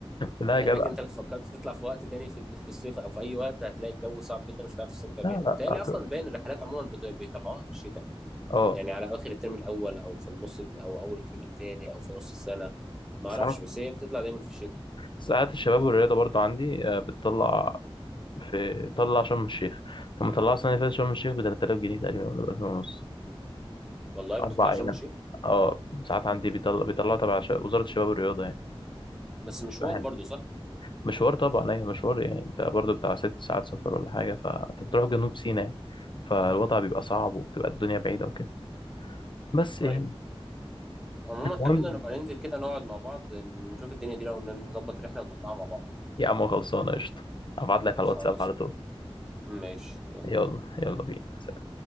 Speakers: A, on the left; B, in the centre.
A: لا
B: لانك
A: يا جدع
B: انت لو فكرت تطلع في وقت تاني في ال- في الصيف او في اي وقت هتلاقي الجو صعب جدا مش هتعرف تستمتع بيها
A: لا
B: متهيألي
A: لا
B: اصلا باين الرحلات عموما بت- بيطلعوها في الشتاء
A: اه
B: يعني على اواخر الترم الاول او في النص او اول الترم التاني او في نص السنه ما
A: ساعات
B: اعرفش بس هي بتطلع دايما في الشتاء
A: ساعات الشباب والرياضة برضو عندي آه، بتطلع في طلع شرم الشيخ كان مطلعها السنة اللي فاتت شرم الشيخ ب 3000 جنيه تقريبا ولا ب 2000 ونص
B: والله بتطلع
A: أربع
B: شرم
A: أيام
B: الشيخ
A: اه ساعات عندي بيطلع بيطلع تبع ش- وزارة الشباب والرياضة يعني
B: بس مشوار
A: بتبقى حلو
B: برضو صح
A: مشوار طبعا أيوة مشوار يعني أنت برضو بتاع ست ساعات سفر ولا حاجة فأنت بتروح جنوب سيناء يعني فالوضع بيبقى صعب وبتبقى الدنيا بعيدة وكده بس يعني
B: ايوه عموما
A: المهم
B: خلينا نبقى ننزل كده نقعد مع بعض نشوف الدنيا دي لو نظبط رحله ونطلعها مع بعض
A: يا عم خلصانة قشطة أبعت لك على
B: خلاص
A: الواتساب على طول
B: ماشي يلا
A: يلا يلا بينا